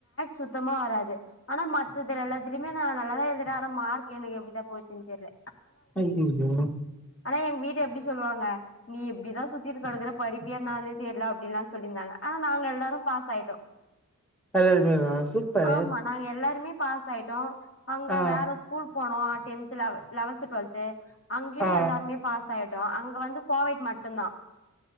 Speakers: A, on the left; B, in the centre.
A: சுத்தமா வராது ஆனா மத் எல்லாத்துலேயுமே நா நல்லா தா எழுதினே ஆனா மார்க் எனக் எப்படிதா போச்சுன்னு தெரில
B: ஐயோயோ
A: அதா எங் வீடு எப்டி சொல்லுவாங்க நீ இப்டிதா சுத்திட்டு கடக்குற படிப்பியானாலே தெரில அப்டின்ல்லா சொல்லிருந்தாங்க ஆனா நாங்க எல்லாரு பாஸ் ஆயிட்டோ
B: எல்லாருமேவா சூப்பர்
A: ஆமா நாங்க எல்லாருமே பாஸ் ஆயிட்டோ அங்க
B: ஆ
A: வேற ஸ்கூல் போன டென்த் லெவ லெவன்த் டுவெல்து அங்கேயு
B: ஆ
A: எல்லாருமே பாஸ் ஆயிட் அங்க வந்து கோவைட் மட்டும்தா